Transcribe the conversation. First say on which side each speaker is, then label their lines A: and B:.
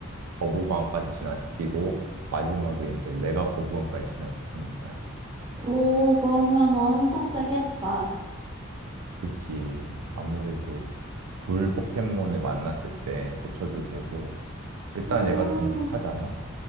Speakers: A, on the right; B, on the right.
A: 거부감까지 진화시키고 마지막에 이제 메가 거부감까지 진화시키는 거야.
B: 오, 그러면 엄청 세겠다.
A: 그치. 아무래도 불 포켓몬을 만났을 때 대처도 되고 일단
B: 음,
A: 얘가 듬직하잖아.